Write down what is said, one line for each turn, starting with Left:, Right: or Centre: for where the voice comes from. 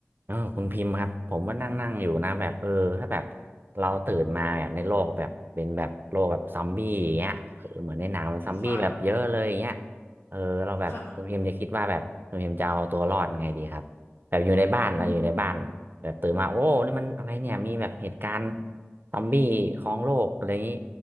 Right: เออคุณพิมพ์ครับผมก็นั่งนั่งอยู่นะแบบเออถ้าแบบเราตื่นมาแบบในโลกแบบเป็นแบบโลกแบบซอมบี้อย่างเงี้ยเออเหมือนในหนังมันซอมบี้แบบเยอะเลยอย่างเงี้ย
Left: ค่ะ
Right: เออเราแบบคุณพิมพ์จะคิดว่าแบบคุณพิมพ์จะเอาตัวรอดไงดีครับแบบอยู่ในบ้านเราอยู่ในบ้านแบบตื่นมาโอ้นี่มันอะไรเนี่ยมีแบบเหตุการณ์
Left: ค่ะอืม
Right: ซอมบี้ครองโลกอะไรอย่างงี้